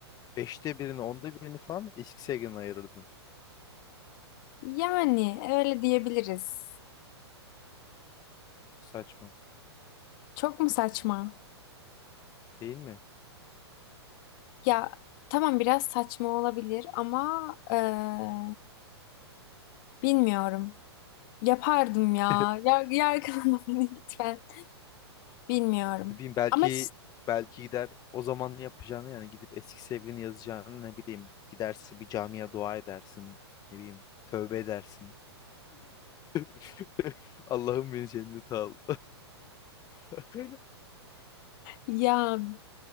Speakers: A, on the left; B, on the left.
A: beşte birini onda birini falan X-Seg'in ayırırdın.
B: Yani öyle diyebiliriz.
A: Saçma
B: Çok mu saçma?
A: değil mi?
B: Ya tamam biraz saçma olabilir ama eee, bilmiyorum. Yapardım ya.
A: <laughs>
B: Yar yargılama <laughs> beni lütfen. Bilmiyorum.
A: Ne bileyim belki
B: Ama <laughs>
A: belki gider o zaman yapacağını yani gidip eski sevgilini yazacağını ne bileyim gidersin bir camiye dua edersin ne bileyim tövbe edersin. <laughs> Allah'ım beni cennete al. <laughs>
B: ya